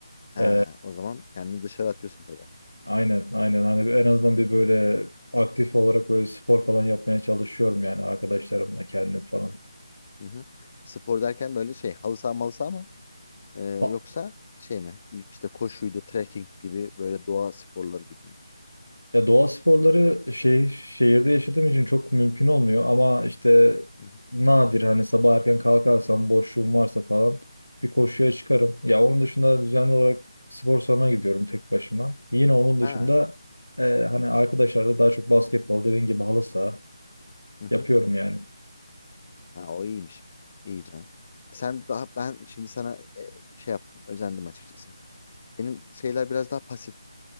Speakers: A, on the left (about 30°); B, on the left (about 80°).
A: He,
B: E,
A: o zaman kendini dışarı atıyorsun tabii.
B: Aynen, aynen. Hani en azından bir böyle aktif olarak böyle spor falan yapmaya çalışıyorum yani arkadaşlarımla kendim falan.
A: Hı hı. Spor derken böyle şey halı saha malı saha mı? Ee, yoksa
B: Ha-
A: şey mi? İşte koşuydu, trekking gibi böyle doğa sporları gibi mi?
B: Ya doğa sporları şey şehirde yaşadığım için çok mümkün olmuyor ama işte
A: Hı hı.
B: nadir hani sabah erken kalkarsam boşluğum varsa falan bir koşuya çıkarım. Ya onun dışında düzenli olarak spor salonuna gidiyorum tek başıma. Yine onun dışında
A: Ha,
B: e, hani arkadaşlarla daha çok basketbol dediğin gibi halı saha
A: hı hı.
B: yapıyorum yani.
A: Ha, o iyiymiş. İyi canım. Sen daha ben şimdi sana e, şey yaptım, özendim açıkçası. Benim şeyler biraz daha pasif